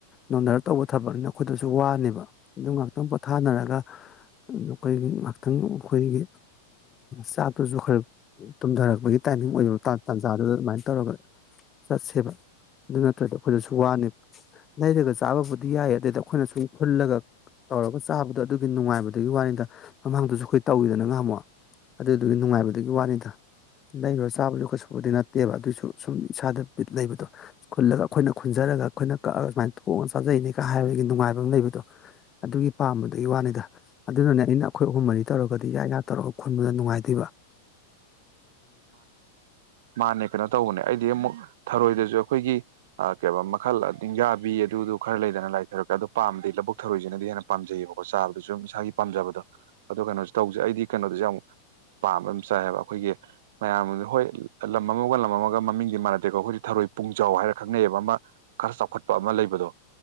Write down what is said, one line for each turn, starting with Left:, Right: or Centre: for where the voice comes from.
Left: ꯅꯣꯟꯊꯔꯒ ꯇꯧꯕ ꯊꯕꯛꯅꯤꯅ ꯑꯩꯈꯣꯏꯗꯁꯨ ꯋꯥꯅꯦꯕ ꯑꯗꯨꯝ ꯉꯥꯏꯍꯥꯛꯇꯪ ꯄꯣꯊꯥꯅꯔꯒ ꯑꯩꯈꯣꯏꯒꯤ ꯉꯥꯏꯍꯥꯛꯇꯪ ꯑꯩꯈꯣꯏꯒꯤ ꯆꯥꯛꯇꯨꯁꯨ ꯈꯔ ꯇꯨꯝꯊꯔꯛꯄꯒꯤ ꯇꯥꯏꯃꯤꯡ ꯑꯣꯏꯗꯕ ꯇꯥꯟꯖꯥꯗꯨꯗ ꯑꯗꯨꯃꯥꯏꯅ ꯇꯧꯔꯒ ꯆꯥꯛ ꯁꯦꯕ ꯑꯗꯨ ꯅꯠꯇ꯭ꯔꯗ ꯑꯩꯈꯣꯏꯗꯁꯨ ꯋꯥꯅꯦꯕ ꯅꯔꯒ ꯆꯥꯕꯕꯨꯗꯤ ꯌꯥꯏ ꯑꯗꯨꯏꯗ ꯑꯩꯈꯣꯏꯅ ꯁꯨꯝ ꯐꯨꯜꯂꯒ ꯇꯧꯔꯒ ꯆꯥꯕꯗꯣ ꯑꯗꯨꯒꯤ ꯅꯨꯡꯉꯥꯏꯕꯗꯨꯒꯤ ꯋꯥꯔꯤꯅꯤꯗ ꯃꯃꯥꯡꯗꯨꯁꯨ ꯑꯩꯈꯣꯏ ꯇꯧꯋꯤꯗꯅꯒ ꯍꯝꯃꯛ ꯑꯗꯨꯗꯨꯒꯤ ꯅꯨꯡꯉꯥꯏꯕꯗꯨꯒꯤ ꯋꯥꯅꯤꯗ ꯂꯩꯔꯨꯔ ꯆꯥꯕꯗꯨ ꯀꯩꯁꯨꯕꯗꯤ ꯅꯠꯇꯦꯕ ꯑꯗꯨꯏꯁꯨ ꯁꯨꯝ ꯏꯁꯥꯗ ꯂꯩꯕꯗꯣ ꯈꯨꯜꯂꯒ ꯑꯩꯈꯣꯏꯅ ꯈꯨꯟꯖꯔ ꯈꯠꯂꯒ ꯑꯩꯈꯣꯏꯅ ꯀꯛꯑꯒ ꯁꯨꯃꯥꯏꯅ ꯊꯣꯛꯑꯅ ꯆꯥꯖꯩꯅꯤꯒ ꯍꯥꯏꯕꯒꯤ ꯅꯨꯡꯉꯥꯏꯕ ꯑꯃ ꯂꯩꯕꯗꯣ ꯑꯗꯨꯒꯤ ꯄꯥꯝꯕꯗꯨꯒꯤ ꯋꯥꯅꯤꯗ ꯑꯗꯨꯅꯅꯦ ꯑꯩꯅ ꯑꯩꯈꯣꯏ ꯑꯍꯨꯝ ꯃꯔꯤ ꯇꯧꯔꯒꯗꯤ ꯌꯥ ꯏ ꯌꯥ ꯇꯧꯔꯒ ꯈꯣꯟꯟꯕꯗ ꯅꯨꯡꯉꯥꯏꯇꯕ <inaudible>
Right: ꯃꯥꯅꯦ ꯀꯩꯅꯣ ꯇꯧꯕꯅꯦ ꯑꯩꯗꯤ ꯑꯃꯨꯛ ꯊꯔꯣꯏꯗꯁꯨ ꯑꯩꯈꯣꯏꯒꯤ ꯃꯈꯜ ꯅꯤꯡꯌꯥꯕꯤ ꯑꯗꯨꯗꯨ ꯈꯔ ꯂꯩꯗꯅ ꯂꯥꯏꯊꯔꯛꯄꯦ ꯑꯣ ꯄꯥꯝꯗꯗꯤ ꯂꯕꯨꯛ ꯊꯧꯔꯣꯏꯁꯤꯅꯗꯤ ꯍꯦꯟꯅ ꯄꯥꯝꯖꯩꯌꯦꯕꯀꯣ ꯆꯥꯕꯗ ꯁꯨꯝ ꯏꯁꯥꯒꯤ ꯄꯥꯝꯖꯕꯗꯣ ꯑꯗꯣ ꯀꯩꯅꯣꯁꯨ ꯇꯧꯁꯦ ꯑꯩꯗꯤ ꯀꯩꯅꯣꯗꯁꯨ ꯌꯥꯝ ꯄꯥꯝꯕꯝ ꯆꯥꯏꯌꯦꯕ ꯑꯩꯈꯣꯏꯒꯤ ꯃꯌꯥꯝ ꯍꯣꯏ ꯂꯝ ꯑꯃꯒ ꯂꯝ ꯑꯃꯒ ꯃꯃꯤꯡꯗꯤ ꯃꯥꯟꯅꯗꯦꯀꯣ ꯑꯩꯈꯣꯏꯗꯤ ꯊꯔꯣꯏ ꯄꯨꯡꯖꯥꯎ ꯍꯥꯏꯔ ꯈꯪꯅꯩꯕ ꯑꯃ ꯈꯔ ꯆꯥꯎꯈꯠꯄ ꯑꯃ ꯂꯩꯕꯗꯣ